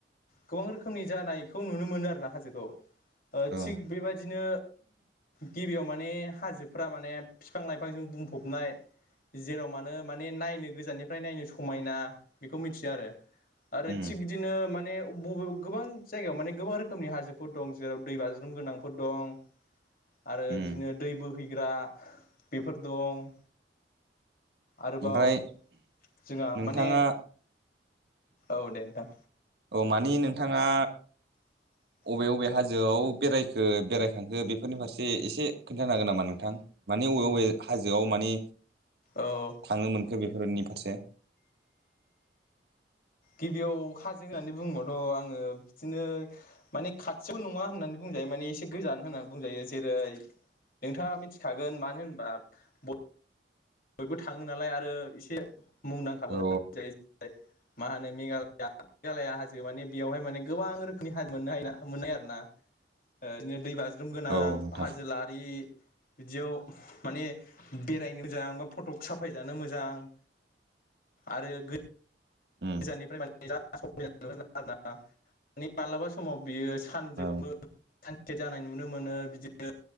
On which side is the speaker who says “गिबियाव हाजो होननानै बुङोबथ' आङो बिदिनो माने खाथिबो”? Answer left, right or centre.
Left